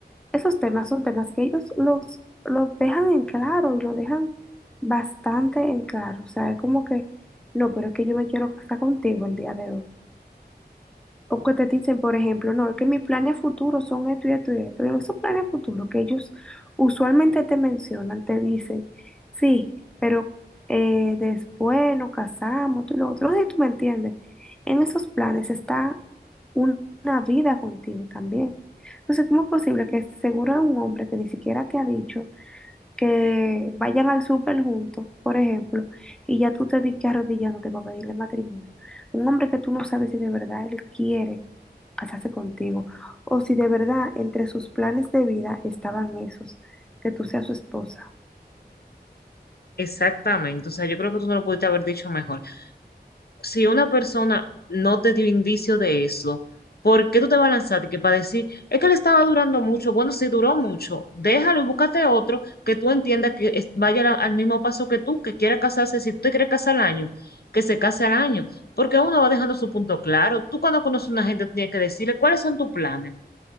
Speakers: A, in the centre; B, on the left.
A: Esos temas son temas que ellos los, los dejan en claro y lo dejan bastante en claro. O sea, es como que, no, pero es que yo me quiero casar contigo el día de hoy. O que te dicen, por ejemplo, no, es que mis planes futuros son esto y esto y esto. Y en esos planes futuros que ellos usualmente te mencionan, te dicen, sí, pero eh, después nos casamos, tú y lo otro. No sé si tú me entiendes. En esos planes está un- una vida contigo también. Entonces, ¿cómo es posible que seguro es un hombre que ni siquiera te ha dicho que vayan al súper juntos, por ejemplo, y ya tú te digas arrodillándote para pedirle matrimonio? Un hombre que tú no sabes si de verdad él quiere hacerse contigo, o si de verdad entre sus planes de vida estaban esos, que tú seas su esposa.
B: Exactamente, o sea, yo creo que tú no lo pudiste haber dicho mejor. si una persona no te dio indicio de eso, ¿por qué tú te vas a lanzar? Y que para decir, es que le estaba durando mucho, bueno, si duró mucho, déjalo y búscate otro que tú entiendas que es- vaya al, al mismo paso que tú, que quiera casarse, si tú te quieres casar al año, que se case al año, porque uno va dejando su punto claro. Tú cuando conoces a una gente tú tienes que decirle, ¿cuáles son tus planes?